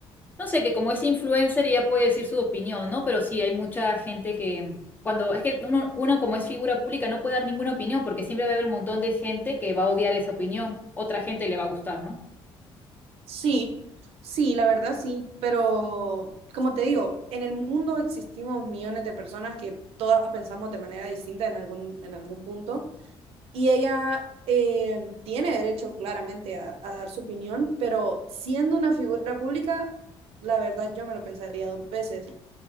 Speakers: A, on the left; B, on the right.
A: No sé, que como es influencer ya puede decir su opinión, ¿no? Pero sí, hay mucha gente que cuando es que uno, uno como es figura pública no puede dar ninguna opinión porque siempre va a haber un montón de gente que va a odiar esa opinión, otra gente le va a gustar, ¿no?
B: sí, sí, la verdad sí, pero como te digo, en el mundo existimos millones de personas que todas pensamos de manera distinta en algún, en algún punto y ella eh, tiene derecho claramente a, a dar su opinión, pero siendo una figura pública, la verdad yo me lo pensaría dos veces,